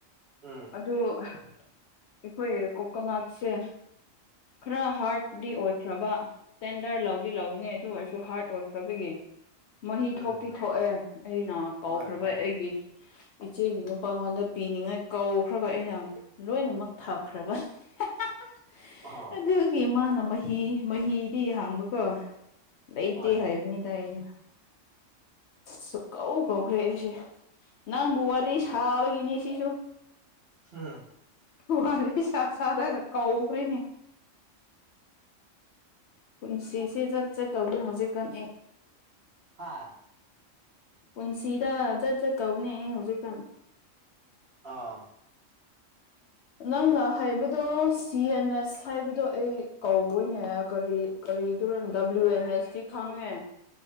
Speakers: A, on the right; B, on the left.
A: ꯎꯝ
B: ꯑꯗꯨ ꯑꯩꯈꯣꯏ ꯀꯣꯀꯉꯠꯁꯦ ꯈꯔ ꯍꯥꯔꯠꯗꯤ ꯑꯣꯏꯈ꯭ꯔꯕ ꯇꯦꯟꯗꯔ ꯂꯧꯗꯤ ꯂꯧꯅꯤ ꯑꯗꯨ ꯑꯣꯏꯔꯁꯨ ꯍꯥꯔꯠ ꯑꯣꯏꯈ꯭ꯔꯕꯒꯤ ꯃꯍꯤ ꯊꯣꯛꯇꯤ
A: ꯎꯝ
B: ꯊꯣꯛꯑꯦ ꯑꯩꯅ ꯀꯧꯈ꯭ꯔꯕ
A: ꯍꯣꯏ ꯍꯣꯏ
B: ꯑꯩꯒꯤ ꯏꯆꯦꯒꯤ ꯅꯨꯄꯥꯉꯣꯟꯗ ꯄꯤꯅꯤꯡꯉꯥꯏ ꯀꯧꯈ꯭ꯔꯒ ꯑꯩꯅ ꯂꯣꯏꯅꯃꯛ ꯊꯛꯈ꯭ꯔꯕ <unintelligible> <inaudible>
A: ꯍꯥ
B: ꯑꯗꯨꯒꯤ ꯃꯥꯅ ꯃꯍꯤ ꯃꯍꯤꯗꯤ ꯍꯡꯕꯀꯣ ꯂꯩꯇꯦ
A: ꯍꯣꯏ
B: ꯍꯥꯏꯕꯅꯤꯗ ꯑꯩꯅ ꯁꯨꯀꯧ ꯀꯧꯈ꯭ꯔꯦ ꯑꯩꯁꯦ ꯅꯪꯕꯨ ꯋꯥꯔꯤ ꯁꯥꯕꯒꯤꯅꯤ ꯁꯤꯁꯨ
A: ꯍꯝ
B: ꯋꯥꯔꯤ ꯁꯥ ꯁꯥꯔꯒ ꯀꯎꯈ꯭ꯔꯦꯅꯦ ꯄꯨꯟꯁꯤꯁꯦ ꯆꯠ ꯆꯠꯇꯧꯗꯣ ꯍꯧꯖꯤꯛꯀꯪ
A: ꯍꯥ
B: ꯄꯨꯟꯁꯤꯗ ꯖꯠ ꯖꯠ ꯇꯧꯕꯅꯦ ꯑꯩ ꯍꯧꯖꯤꯛꯀꯥꯟ
A: ꯑꯥ
B: ꯅꯪꯅ ꯍꯥꯏꯕꯗꯣ ꯁꯤ ꯑꯦꯟ ꯑꯦꯁ ꯍꯥꯏꯕꯗꯣ ꯑꯩ ꯀꯧꯏꯅꯦ ꯀꯔꯤ ꯀꯔꯤꯗꯔ ꯗꯕ꯭ꯂꯤꯎ ꯑꯦꯟ ꯑꯦꯁꯇꯤ ꯈꯪꯉꯦ